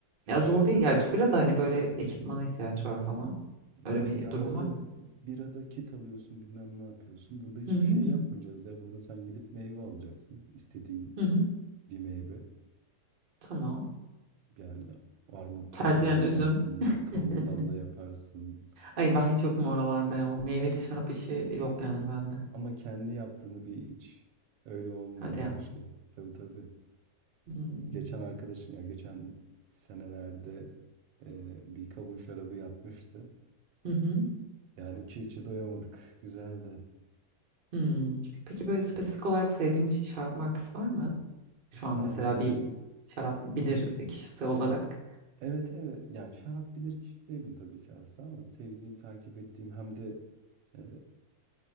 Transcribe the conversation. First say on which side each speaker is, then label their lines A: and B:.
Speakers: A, on the right; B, on the right.
A: yok
B: Ya zor
A: yok
B: değil
A: ya
B: gerçi
A: o
B: bira da hani böyle ekipmana ihtiyaç var falan. Öyle
A: yok
B: bir
A: ya
B: durum
A: orada
B: var. mı?
A: birada kit alıyorsun bilmem ne yapıyorsun. Burada hiçbir
B: Hı hı
A: şey
B: hı.
A: yapmayacağız ya. Burada sen gidip meyve alacaksın. istediğin
B: Hı
A: bir meyve.
B: Tamam.
A: Yani armuttan
B: Tercihen
A: da yaparsın,
B: üzüm. <laughs>
A: kavundan da yaparsın.
B: Ay ben hiç yokum oralarda ya. O meyveli şarap işi yok yani bende.
A: Ama kendi yaptığını bir iç. Öyle olmuyor
B: Hadi
A: her
B: ya.
A: şey. Tabii tabii.
B: Hmm.
A: Geçen arkadaşım ya geçen senelerde e, bir kavun şarabı yapmıştı.
B: Hı hı.
A: Yani içi içi doyamadık. <laughs> Güzeldi.
B: Hmm. Peki böyle spesifik olarak sevdiğin bir şarap markası var mı? Şu an
A: Aa
B: mesela
A: yani.
B: bir şarap bilir kişisi olarak.
A: Evet evet. Yani şarap bilirkişisi değilim tabii ki aslında ama sevdiğim, takip ettiğim hem de e,